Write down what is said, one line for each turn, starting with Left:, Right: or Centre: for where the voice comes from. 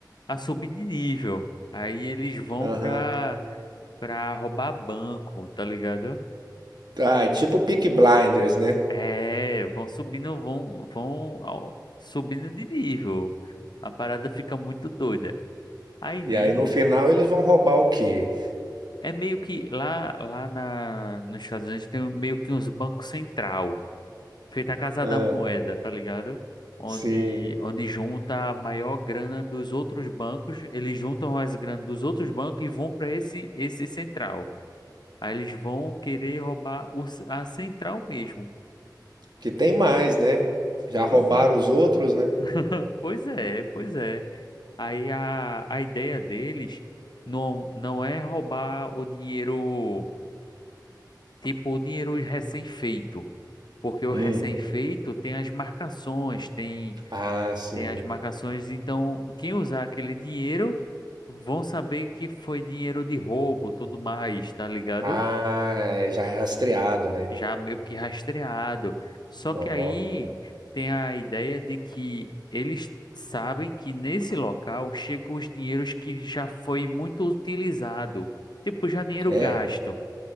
Left: a subir de nível. Aí eles vão
Right: aham.
Left: pra, pra roubar banco, tá ligado?
Right: Ah, é tipo Peaky Blinders, né?
Left: É, vão subindo, vão, vão ao- subindo de nível. A parada fica muito doida. Aí nisso,
Right: E aí no final eles vão roubar o quê?
Left: é meio que lá, lá na, nos Estados Unidos tem meio que uns bancos central, feita a Casa
Right: Ah,
Left: da Moeda, tá ligado? Onde,
Right: sim.
Left: onde junta a maior grana dos outros bancos, eles juntam as grana dos outros bancos e vão para esse, esse central. Aí eles vão querer roubar o c- a central mesmo.
Right: Que tem mais, né? Já
Left: Pois,
Right: roubaram os outros, né?
Left: <laughs> pois é, pois é. Aí a, a ideia deles não, não é roubar o dinheiro. Tipo, o dinheiro recém-feito. Porque o
Right: Hum.
Left: recém-feito tem as marcações, tem,
Right: Ah, sim.
Left: tem as marcações. Então, quem usar aquele dinheiro vão saber que foi dinheiro de roubo, tudo mais, tá ligado?
Right: Ah, é já é rastreado, né?
Left: Já meio que rastreado. Só
Right: Ó.
Left: que aí tem a ideia de que eles sabem que nesse local chegam os dinheiros que já foi muito utilizado. Tipo, já dinheiro
Right: É.
Left: gasto.